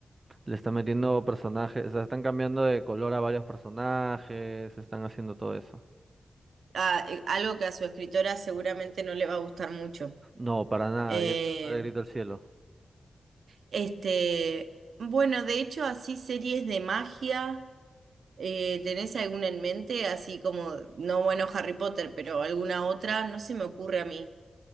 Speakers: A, on the right (about 30°); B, on the right (about 85°).
A: le están metiendo personajes, o sea, están cambiando de color a varios personajes, están haciendo todo eso.
B: Ah, eh, algo que a su escritora seguramente no le va a gustar mucho.
A: No, para nada,
B: Eh,
A: ya empezó de grito al cielo.
B: este, bueno, de hecho, así series de magia, eh, ¿tenés alguna en mente? Así como, no, bueno, Harry Potter, pero alguna otra, no se me ocurre a mí. <laughs>